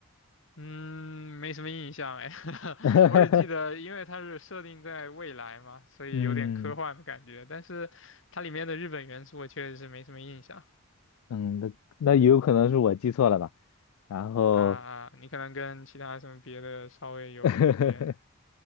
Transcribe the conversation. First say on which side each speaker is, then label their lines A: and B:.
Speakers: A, on the left; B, on the left.
A: 嗯，没什么印象哎，<laughs>
B: <laughs>
A: 我只记得因为它是设定在未来嘛，所以有点科幻的感觉。
B: 嗯
A: 但是它里面的日本元素我确实是没什么印象
B: 嗯，那那也有可能是我记错了吧？然后，
A: 啊。啊啊你可能跟其他什么别的稍微有一点点
B: <laughs>